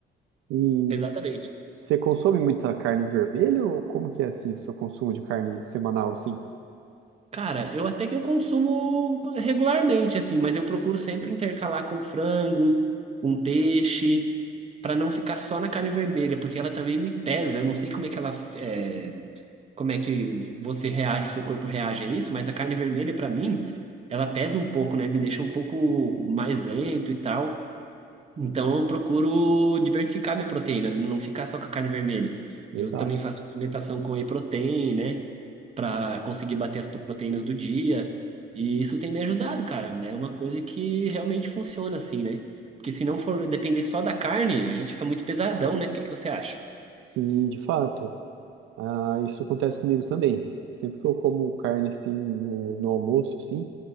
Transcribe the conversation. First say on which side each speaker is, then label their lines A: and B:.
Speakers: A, on the right (about 85°); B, on the right (about 30°).
A: E
B: Exatamente.
A: você consome muita carne vermelha ou como que é assim o seu consumo de carne semanal, assim?
B: Cara, eu até que eu consumo regularmente, assim, mas eu procuro sempre intercalar com frango, um peixe, para não ficar só na carne vermelha, porque ela também me pesa. Eu não sei como é que ela, é, como é que você reage, o seu corpo reage a isso, mas a carne vermelha, para mim, ela pesa um pouco, né? Me deixa um pouco mais lento e tal. Então eu procuro diversificar minha proteína, né? não ficar só com a carne vermelha.
A: Exato.
B: Eu também faço alimentação com whey protein, né? Pra conseguir bater as proteínas do dia. E isso tem me ajudado, cara. É uma coisa que realmente funciona assim, né? Porque se não for depender só da carne, a gente fica muito pesadão, né? O que que você acha?
A: Sim, de fato. Ah, isso acontece comigo também. Sempre que eu como carne assim no, no almoço, assim,